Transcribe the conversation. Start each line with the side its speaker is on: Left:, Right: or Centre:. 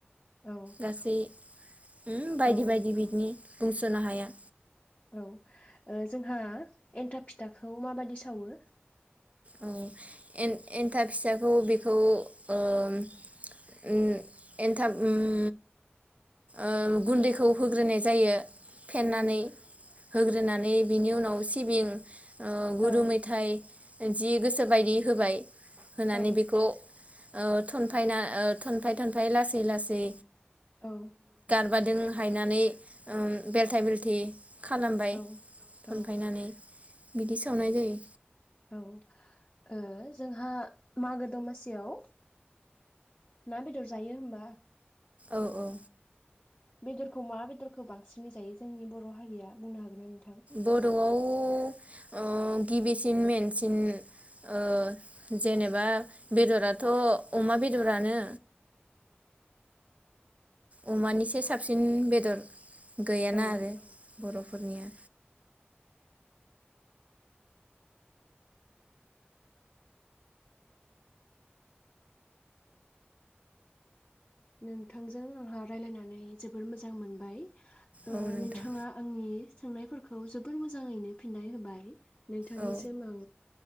Left: औ
Right: गासै उम बायदि
Left: औ
Right: बायदि बिदनि। बुंस'नो हाया।
Left: औ ओ जोंहा एन्थाब फिथाखौ माबादि सावो?
Right: औ एन-एन्थाब फिसाखौ बेखौ ओम उम एन्थाब उम ओ गुन्दैखौ होग्रोनाय जायो। फेन्नानै
Left: औ
Right: होग्रोनानै
Left: औ
Right: बिनि उनाव औ सिबिं ओ गुरु
Left: औ
Right: मेथाय जि गोसो बायदि होबाय। होनानै
Left: औ
Right: बेखौ औ थनफायना ओ थनफाय थनफाय लासै लासै
Left: औ
Right: बादों हायनानै ओम बेल्थाय बेल्थि खालामबाय
Left: औ
Right: थनफायनानै।
Left: औ
Right: बिदि सावनाय जायो।
Left: औ ओ जोंहा मागो दमासियाव ना बेदर जायो होमबा?
Right: औ औ।
Left: बेदरखौ मा बेदरखौ बांसिनै जायो जोंनि बर' हारिया बुंनो हागोनना नों
Right: बर'आव ओ गिबिसिन मेेनसिन ओ जेनेबा बेदराथ' अमा बेदरानो। अमानिसे साबसिन बेदर गैयाना
Left: औ
Right: आरो बर'फोरनिया
Left: नोंथांजों आंहा रायलायनानै जोबोर मोजां मोनबाय। ओ
Right: औ नोंथां
Left: नोंथाङा आंनि सोंनायफोरखौ जोबोर मोजाङैनो फिननाय होबाय। नोंथांनिसिम
Right: औ
Left: आं